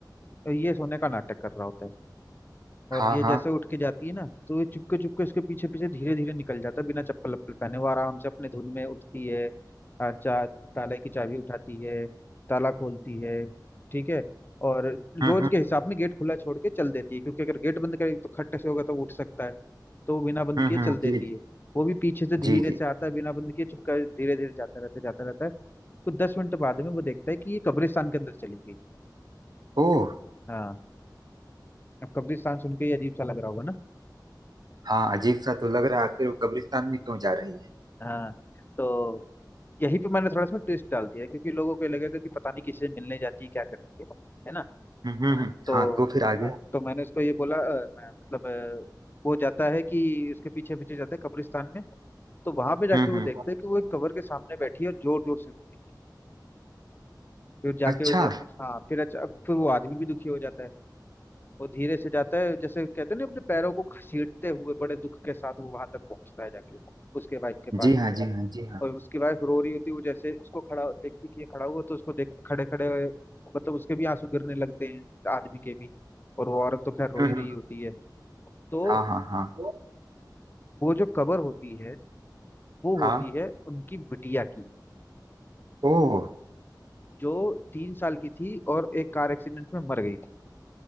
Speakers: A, on the left; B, on the right.
A: और ये सोने का नाटक कर रहा होता है और
B: हाँ
A: ये
B: हाँ
A: जैसे उठ के जाती है ना तो ये चुपके चुपके उसके पीछे पीछे धीरे धीरे निकल जाता है बिना चप्पल वप्पल पहने वो आराम से अपने धुन में उठती है आ, चा ताले की चाबी उठाती है ताला खोलती है ठीक है और
B: हम्म
A: रोज
B: हम्म
A: के हिसाब में गेट खुला छोड़ के चल देती है क्योंकि अगर गेट बंद करेगी तो खट से होगा तो वो उठ सकता है तो वो बिना बंद
B: हम्म
A: किए
B: हम्म
A: चल देती
B: जी जी
A: है वो भी पीछे से धीरे
B: जी जी
A: से आता है बिना बंद किए चुपका धीरे धीरे जाता रहता है जाता रहता है तो दस मिनट बाद में वो देखता है कि ये कब्रिस्तान के अंदर चली गई
B: ओह
A: हाँ अब कब्रिस्तान सुन के ये अजीब सा लग रहा होगा ना
B: हाँ अजीब सा तो लग रहा है आखिर वो कब्रिस्तान में क्यों जा रही है
A: हाँ तो यही पे मैंने थोड़ा इसमें ट्विस्ट डाल दिया है, क्योंकि लोगों को ये लगेगा कि पता नहीं किसी से मिलने जाती है क्या करती है है ना
B: हम्म हम्म हम्म,
A: तो
B: हाँ तो फिर आगे
A: हाँ तो मैंने उसको ये बोला अ, मैं- मतलब अ, वो जाता है कि उसके पीछे पीछे जाता है कब्रिस्तान में तो वहां पे जाके
B: हम्म
A: वो
B: हम्म
A: देखता है कि वो एक कब्र के सामने बैठी है और जोर जोर से रो रही है फिर जाके
B: अच्छा
A: वो दे- हाँ फिर अच्छा फिर वो आदमी भी दुखी हो जाता है वो धीरे से जाता है जैसे कहते हैं ना अपने पैरों को घसीटते हुए बड़े दुख के साथ वो वहां तक पहुंचता है जाके उसके वाइफ के पास
B: जी हाँ जी हाँ जी हाँ
A: और उसकी वाइफ रो रही होती है वो जैसे उसको खड़ा देखती कि ये खड़ा हुआ तो उसको देख खड़े खड़े मतलब उसके भी आंसू गिरने लगते हैं आदमी के भी और वो औरत तो खैर रो
B: हम्म
A: ही रही
B: हम्म
A: होती है तो
B: हाँ हाँ हाँ
A: वो जो कबर होती है वो
B: हाँ
A: होती है उनकी बिटिया की
B: ओह
A: जो तीन साल की थी और एक कार एक्सीडेंट में मर गई थी